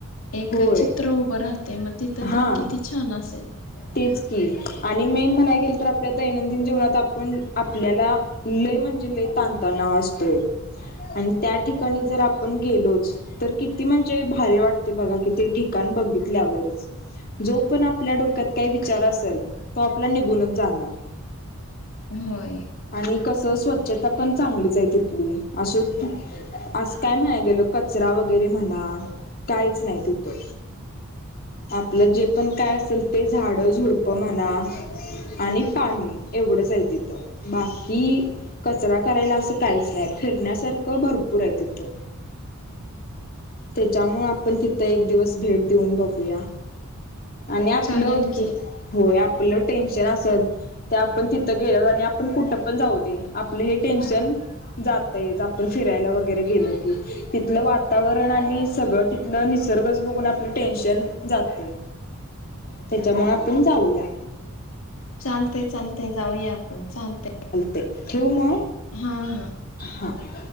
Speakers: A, on the left; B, on the left.
A: एक
B: होय
A: चित्र उभं राहते मग तिथ
B: हा
A: तर् किती छान असेल?
B: तेच की आणि मेन म्हणाय गेल तर आपल्या दैनंदिन जीवनात आपण आपल्याला लय म्हणजे लय ताण तणाव असतोय. आणि त्या ठिकाणी जर आपण गेलोच तर किती म्हणजे भार वाटते. ते बघा किती ठिकाण बघितल्यावरच. जो पण आपल्या डोक्यात काही विचार असेल तो आपला निघूनच जाणार.
A: होय.
B: आणि कसं स्वच्छता पण चांगलीच आहे तिथली. अं आज काय म्हणाय गेल कचरा वगैरे म्हणा काहीच नाही तिथं. आपलं जे पण काय असेल ते झाड झुडप म्हणा. आणि पाणी एवढंच आहे तिथं बाकी कचरा करायला असं काहीच नाही. फिरण्यासारखं भरपूर आहे तिथं. त्याच्यामुळे आ आपण तिथं एक दिवस भेट देऊन बघूया आणि आपलं
A: चालेल की
B: होय. आपलं टेनशन असत त्या आपण तिथं गेल्या आणि आपण कुठं पण जाऊ दे. आपलं हे टेन्शन जाता येत आपण फिरायला वगैरे गेलो की तिथलं वातावरण आणि सगळं ति आपलं निसर्गच बघून आपलं टेन्शन जातं. त्याच्यामुळे आपण जाऊया.
A: चालतय चालतय जाऊया आपण चालतय.
B: ते ठेऊ म
A: हा हा.
B: हा.